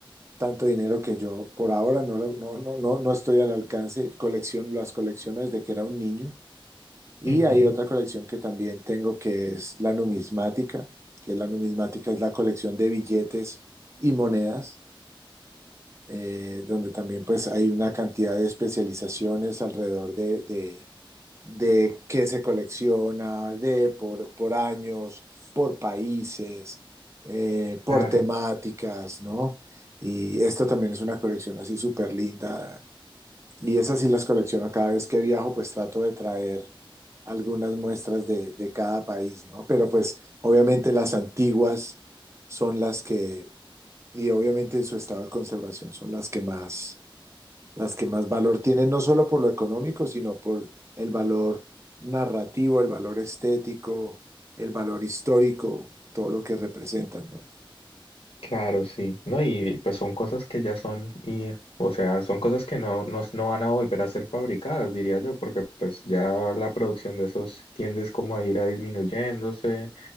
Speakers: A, on the right; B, on the left.
A: tanto dinero que yo por ahora no, la- no, no, no, no estoy al alcance. Colección, las colecciono desde que era un niño. Y
B: ujú,
A: hay otra colección que también tengo que es la numismática, que la numismática es la colección de billetes y monedas, eh, donde también pues hay una cantidad de especializaciones alrededor de, de, de qué se colecciona, de por, por años, por países, eh, por
B: claro.
A: temáticas, ¿no? Y esta también es una colección así súper linda y esas sí las colecciono cada vez que viajo, pues trato de traer algunas muestras de, de cada país, ¿no? Pero pues obviamente las antiguas son las que, y obviamente en su estado de conservación son las que más, las que más valor tienen, no solo por lo económico, sino por el valor narrativo, el valor estético, el valor histórico, todo lo que representan, ¿no?
B: Claro, sí. No, y pues son cosas que ya son, y, o sea, son cosas que no, no, no van a volver a ser fabricadas, diría yo, porque pues ya la producción de esos tiendes como a ir a disminuyéndose